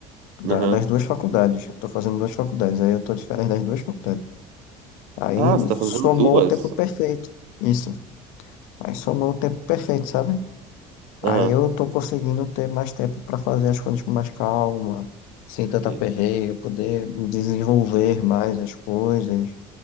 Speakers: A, on the left; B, on the right.
A: da-
B: Aham.
A: das duas faculdades, eu tô fazendo duas faculdades, aí eu tô de férias das duas faculdades. Aí
B: Ah, você tá fazendo
A: somou
B: duas?
A: o tempo perfeito, isso, aí somou o tempo perfeito, sabe? Aí
B: Aham.
A: eu tô conseguindo ter mais tempo para fazer as coisas com mais calma, sem tanta
B: Sim.
A: perreio, poder desenvolver mais as coisas